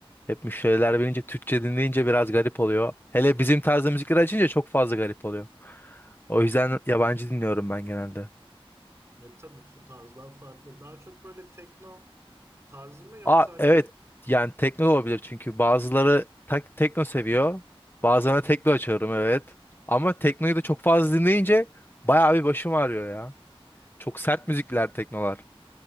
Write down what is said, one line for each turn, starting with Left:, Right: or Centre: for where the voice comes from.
Left: hep müşteriler bilince Türkçe dinleyince biraz garip oluyor. Hele bizim tarzda müzikler açınca çok fazla garip oluyor. O yüzden yabancı dinliyorum ben genelde.
Right: Ve tabii bu tarzlar farklı. Daha çok böyle tekno tarzı mı yoksa
Left: Aa
Right: hani
Left: evet
Right: böyle
Left: yani tekno da olabilir çünkü bazıları tak tekno seviyor. Bazılarına
Right: Hı hı.
Left: tekno açıyorum evet. Ama teknoyu da çok fazla dinleyince bayağı bir başım ağrıyor ya. Çok sert müzikler teknolar.